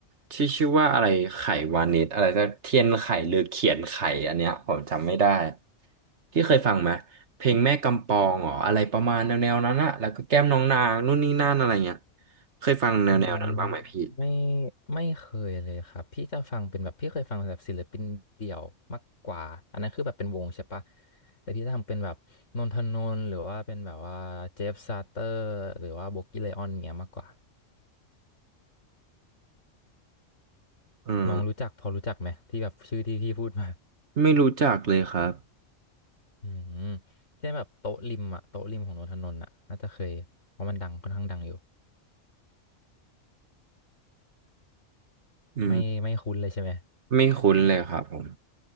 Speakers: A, on the right; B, on the left.
A: ที่ชื่อว่าอะไรไขวานิชอะไรสักเทียนไขหรือเขียนไขอันเนี้ยผมจำไม่ได้ที่เคยฟังไหมเพลงแม่กำปองเหรออะไรประมาณแนวๆนั้นอะแล้วก็แก้มน้องนางนู่นนี่นั่นอะไรเงี้ยเคยฟังแนวๆนั้นบ้างไหมพี่
B: อืมไม่ไม่เคยเลยครับพี่จะฟังเป็นแบบพี่เคยฟังแบบศิลปินเดี่ยวมากกว่าอันนั้นคือแบบเป็นวงใช่ปะแต่พี่จะทำเป็นแบบนนทนนท์หรือว่าเป็นแบบว่าเจฟซาเตอร์หรือว่าโบกี้ไลออนเงี้ยมากกว่า
A: อืม
B: น้องรู้จักพอรู้จักไหมที่แบบชื่อที่พี่พูดมา
A: ไม่รู้จักเลยครับ
B: อืมเช่นแบบโต๊ะริมอะโต๊ะริมของนนทนนท์อะน่าจะเคยเพราะมันดังค่อนข้างดังอยู่
A: อืม
B: ไม่ไม่คุ้นเลยใช่ไหม
A: ไม่คุ้นเลยครับผม